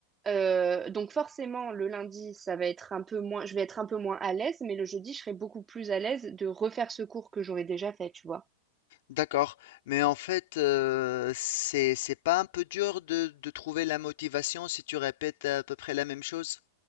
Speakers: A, on the right; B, on the left.
A: Euh, donc forcément, le lundi, ça va être un peu moins, je vais être un peu moins à l'aise, mais le jeudi, je serai beaucoup plus à l'aise de refaire ce cours que j'aurais déjà fait, tu vois.
B: d'accord. Mais en fait, euh, c'est c'est pas un peu dur de, de trouver la motivation si tu répètes à peu près la même chose?